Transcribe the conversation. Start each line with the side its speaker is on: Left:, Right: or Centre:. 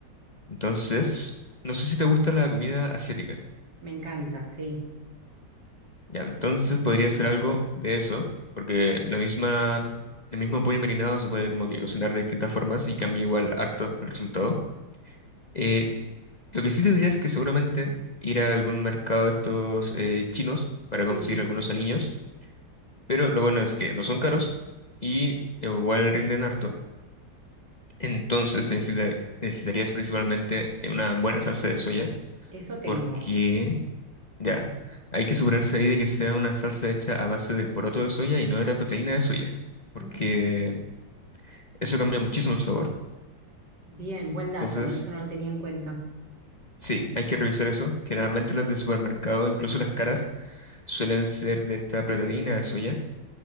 Left: Entonces, no sé si te gusta la comida asiática.
Right: me encanta, sí,
Left: Ya, entonces podría hacer algo de eso, porque la misma, el mismo pollo marinado se puede como que cocinar de distintas formas y cambia igual harto el resultado. Eh, lo que sí te diría es que seguramente ir a algún mercado de estos eh, chinos para
Right: sí,
Left: conseguir algunos aliños, pero lo bueno es que no son caros y igual rinden harto. Entonces necesita- necesitarías principalmente una buena salsa de soya
Right: eso tengo.
Left: porque ya, hay que asegurarse ahí de que sea una salsa hecha a base del poroto de soya y no de la proteína de soya, porque
Right: Ah,
Left: eso cambia muchísimo el sabor.
Right: bien, buen dato,
Left: Entonces,
Right: eso no lo tenía en cuenta.
Left: sí, hay que revisar eso. Generalmente las de supermercado, incluso las caras, Suelen ser de esta proteína de soya,